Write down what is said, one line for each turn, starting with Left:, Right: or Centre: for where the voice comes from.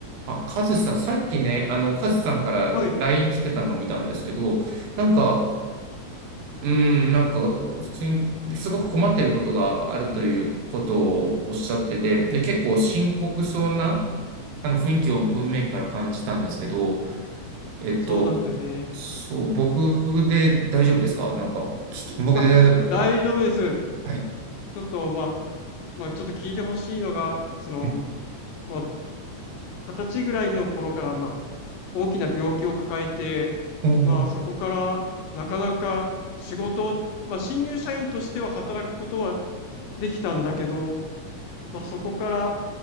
Right: あ、カズさん、さっきね、あの、カズさんからライン来てたのを見たんですけど、
Left: はい、
Right: なんか、うーん、なんか、普通にすごく困ってることがあるということをおっしゃってて、で、結構深刻そうな、あの、雰囲気を文面から感じたんですけど、えっと、
Left: そうなんだよね。
Right: そう、僕で大丈夫ですかなんか、聞き僕で大丈夫だったら。
Left: あ、大丈夫です。
Right: はい。
Left: ちょっと、まあ、まあ、ちょっと聞いてほしいのが、その、
Right: はい。
Left: まあ、二十歳ぐらいの頃から、まあ、大きな病気を抱えて、
Right: おー。
Left: まあ、そこから、なかなか仕事を、まあ、新入社員としては働くことはできたんだけど、まあ、そこから、